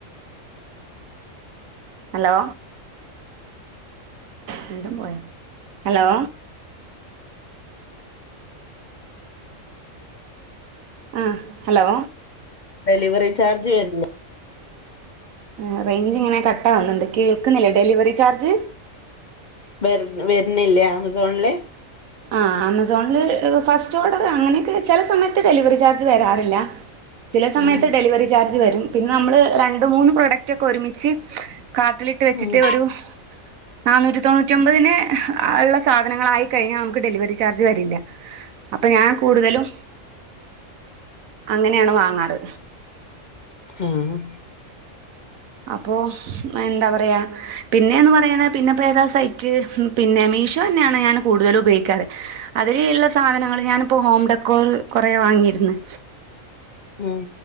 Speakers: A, on the right; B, on the left.
A: ഹലോ വിണ്ടും പോയോ ഹലോ ആഹ് ഹലോ
B: ഡെലിവറി ചാർജ് വെര്ൻ
A: ഏഹ് റേഞ്ച് ഇങ്ങനെ കട്ട ആവുന്നുണ്ട് കേൾക്കുന്നില്ല ഡെലിവറി ചാർജ്
B: വെര്ൻ വെര്ന്നില്ലേ ആമസോണ്ല്
A: ആഹ് ആമസോണിൽ ഫസ്റ്റ് ഓഡർ അങ്ങനൊക്കെ ചെല സമയത്ത് ഡെലിവറി ചാർജ് വരാറില്ല ചില സമയത്ത്
B: ഉം
A: ഡെലിവറി ചാർജ് വരും പിന്നെ നമ്മള് രണ്ട് മൂന്ന് പ്രോഡക്റ്റ് ഒക്കെ ഒരുമിച്ച് കാർട്ടില് ഇട്ട് വച്ചിട്ട്
B: ഉം
A: ഒരുനാനൂറ്റി തൊണ്ണുറ്റി ഒബാത്ന് ഉള്ള സാധനം ആയി കഴിഞ്ഞാൽ നമുക്ക് ഡെലിവറി ചാർജ് വരില്ല അപ്പൊ ഞാൻ കൂടുതലും അങ്ങനെയാണ് വാങ്ങാറ്
B: ആഹ്
A: അപ്പോൾ എന്താ പറയുക പിന്നെന്ന് പറയണ പിന്നെപ്പോ ഏതാ സൈറ്റ് പിന്നെ മീഷോ തന്നെയാണ് ഞാൻ കൂടുതലും ഉപയോഗിക്കാർ അതിലുള്ള സാധനങ്ങള് ഞാനിപ്പോ ഹോം ഡെക്കോറി കൊറെ വാങ്ങിയിരുന്ന്
B: ഉം